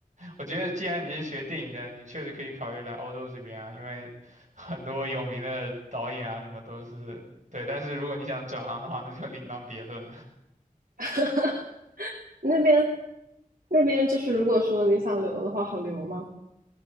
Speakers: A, on the right; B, on the right.
A: 我觉得既然你是学电影的，你确实可以考虑来欧洲这边啊，因为 <laughs> 很多有名的导演啊，什么都是对。但是如果你想转行的话，那就另当别论了。
B: <laughs> 那边那边就是如果说你想留的话，好留吗？